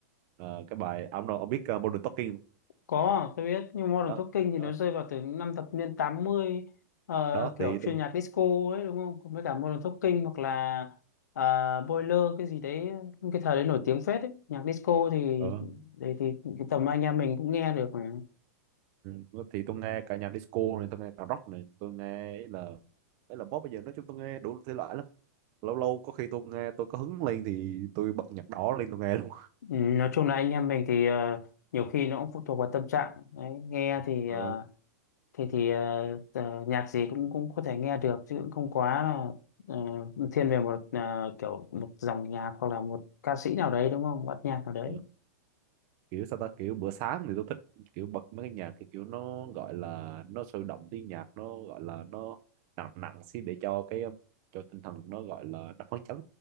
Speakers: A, on the right (about 30°); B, on the left (about 85°).
A: ờ, cái bài à, ông, đâu- ông biết ờ, Modern Talking không?
B: Có, tôi biết nhưng Modern
A: đó
B: Talking thì
A: đó
B: nó rơi vào từ những năm thập niên 80 ờ,
A: đó
B: kiểu
A: thì tôi
B: chuyên nhạc disco ấy đúng không? Còn với cả Modern Talking hoặc là ờ, Boiler cái gì đấy những cái thời đấy nổi tiếng phết ấy. Nhạc disco thì
A: ờ,
B: đấy thì cái tầm anh em mình cũng nghe được mà.
A: ừ, thì tôi nghe cả nhạc disco này tôi nghe cả rock này tôi nghe ấy là ấy là pop bây giờ nói chung tôi nghe đủ thể loại lắm lâu lâu có khi tôi nghe tôi có hứng lên thì tôi bật nhạc đỏ lên tôi nghe luôn
B: Ừ, nói chung là anh em mình thì ờ, nhiều khi nó cũng phụ thuộc vào tâm trạng đấy, nghe thì
A: <laughs>
B: ờ,
A: ừ,
B: thì thì ờ, ờ, nhạc gì cũng cũng có thể nghe được chứ cũng không quá là ờ, thiên về một ờ, kiểu một dòng nhạc hoặc là một ca sĩ nào đấy đúng không bắt nhạc nào đấy
A: ừ. kiểu sao ta kiểu bữa sáng thì tôi thích kiểu bật mấy cái nhạc thì kiểu nó gọi là nó sôi động tiếng nhạc nó gọi là nó nặng nặng xin để cho cái um, cho tinh thần nó gọi là nó phấn chấn